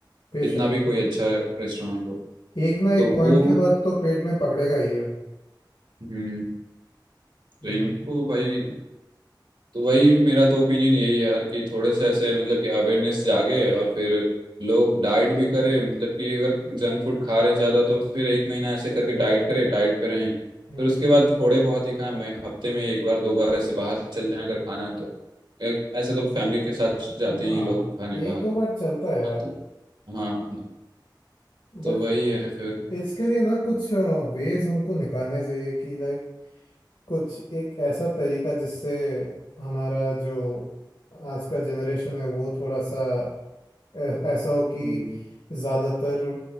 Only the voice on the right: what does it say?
कितना भी कोई अच्छा रेस्टोरेंट हो
तो वो
हम्म तो
इनको भाई तो वही मेरा तो ओपिनियन यही है यार कि थोड़े से ऐसे मतलब कि अवेयरनेस जागे और फिर लोग डाइट भी करें मतलब कि अगर जंक फूड खा रहे हैं ज़्यादा तो फिर एक महीना ऐसे करके डाइट करें डाइट पे रहें
फिर उसके
बाद
थोड़े बहुत ही खाएं मैं- हफ्ते में एक बार दो बार ऐसे बाहर चल जाएं अगर खाना है तो एक- ऐसे तो फैमिली के साथ जाते
ही हैं लोग खाने
बाहर
हाँ तो हाँ
तो वही है फिर
हम्म